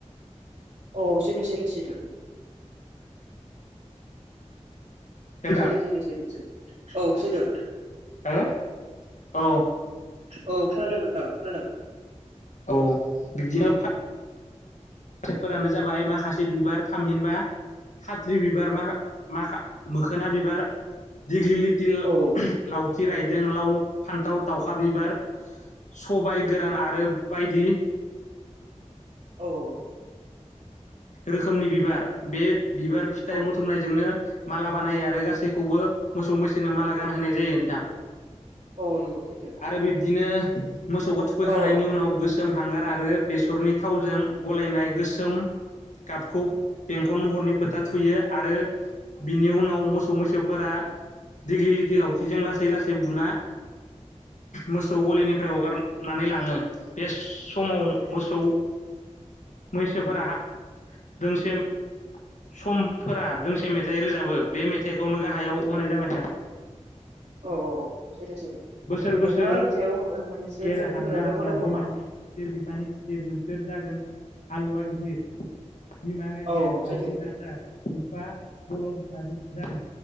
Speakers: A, on the right (about 55°); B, on the left (about 80°).
A: अ सैथो सैथो सैथो।
B: नोंथां
A: सैथो सैथो सैथो सैथो औ सैथो।
B: हो औ
A: औ खोनादोंनोंथां खोनादों।
B: औ बिब्दिनो फा फोरानो जाबाय माखासे बिबार थामहिनबा खााथ्रि बिबार मा माख मोखोना बिबार दिग्लि लिटिल
A: औ
B: लावथि रायदों लाव फान्थाव दावखा बिबार सबाय गोरान आरो बायदि
A: औ औ।
B: रोखोमनि बिबार बे बिबार फिथाइ
A: औ औ
B: बुथुमनायजोंनो माला बानायो आरो गासैखौबो मोसौ मैसोनो माला गानहोनाय जायो नोंथां।
A: औ नंगौ सैथो।
B: आरो बिब्दिनो मोसौखौ थुखैखांनायनि
A: औ औ
B: उनाव गोसो गोसोम हांगार आरो बेसरनि थावजों गलायनाय गोसोम गाबखौ बेंखन महरनि फोथा थुयो आरो बिनि उनाव मोसौ मैसोफोरा दिग्लि लिथि लावथिजों लासै लासै बुना मोसौ गलिनिफ्राय हगारनानै लाङो बे स समाव
A: औ सैथो
B: मोसौ
A: सैथो सैथो
B: मैसोफोरा दोंसे समफोरा दोंसे मेथाइ रोजाबो बे मेथाइखौनो गाहायाव होनाय जाबाय नोंथां।
A: औ औ औ सैथो सैथो।
B: बोसोर बोसोर
A: नोंथाङा आंनि सायाव मोननैसो
B: एर
A: सोंथि
B: हानजा
A: सोंनो
B: हानजा
A: गोनां दं
B: बिमानि
A: नामा
B: गिदिर बिफानि गिदिर नोंसोर जागोन हालुवा गिदिर। बिमा गायदे
A: औ औ
B: बादि
A: सैथो
B: दाजा बिफा बलद बादि जा